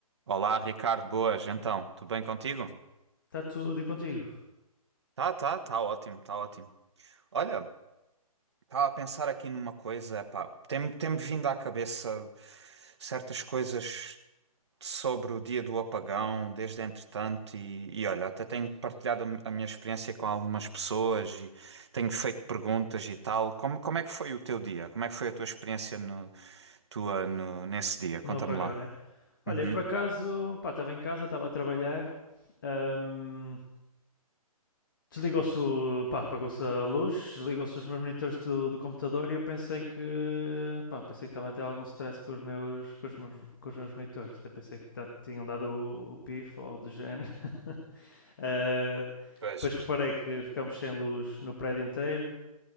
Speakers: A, on the right; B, on the left.
A: Olá, Ricardo, boas, então, tudo bem contigo?
B: Está tudo e contigo,
A: Tá, tá, tá ótimo, tá ótimo. Olha, estava a pensar aqui numa coisa, pá, tem-me tem-me vindo à cabeça certas coisas sobre o dia do apagão, desde entretanto, e, e olha, até tenho partilhado a mi- a minha experiência com algumas pessoas e tenho feito perguntas e tal. Como, como é que foi o teu dia? Como é que foi a tua experiência no, tua, no, nesse dia? Conta-me
B: no apagão,
A: lá.
B: né? Olha,
A: Uhum.
B: por acaso, pá, estava em casa, estava a trabalhar, ahm, desligou-se, o- pá, apagou-se a luz, desligou-se os meus monitores do, do computador e eu pensei que, pá, pensei que estava a ter algum stress com os meus, com os meus, com os meus monitores, até pensei que ta- tinham dado o, o pif ou algo do género. <laughs> Ah,
A: Pois,
B: depois reparei que ficámos sem luz no prédio inteiro,